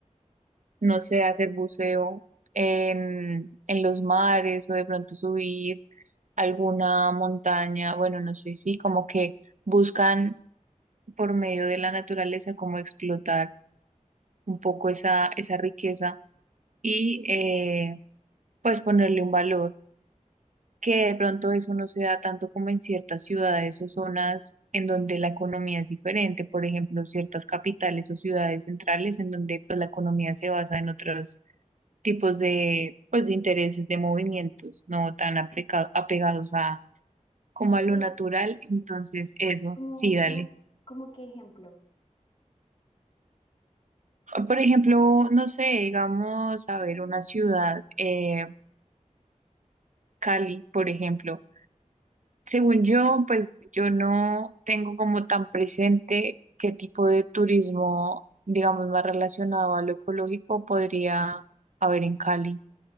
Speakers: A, on the right; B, on the left.
A: no sé, hacer buceo en, en los mares o de pronto subir alguna montaña, bueno, no sé, sí, como que buscan por medio de la naturaleza como explotar un poco esa, esa riqueza y eh, pues ponerle un valor, que de pronto eso no se da tanto como en ciertas ciudades o zonas en donde la economía es diferente, por ejemplo, ciertas capitales o ciudades centrales en donde pues la economía se basa en otros tipos de, pues, de intereses, de movimientos, no tan apeca- apegados a como a lo
B: Pero
A: natural, entonces eso,
B: como,
A: sí,
B: como,
A: dale.
B: como qué ejemplo.
A: Por ejemplo, no sé, digamos, a ver, una ciudad, eh, Cali, por ejemplo. Según yo, pues yo no tengo como tan presente qué tipo de turismo, digamos, más relacionado a lo ecológico podría haber en Cali,